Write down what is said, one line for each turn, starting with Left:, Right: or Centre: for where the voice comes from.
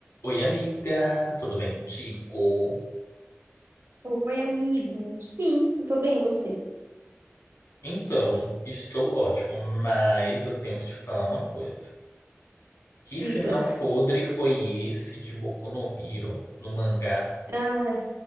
Left: Oi, amiga, tudo bem contigo?
Right: Oi, amigo. Sim, eu tô bem, e você?
Left: Então, estou ótimo, mas eu tenho que te falar uma coisa. Que
Right: Diga.
Left: final podre foi esse de Boku no Hero, no mangá?
Right: Ai,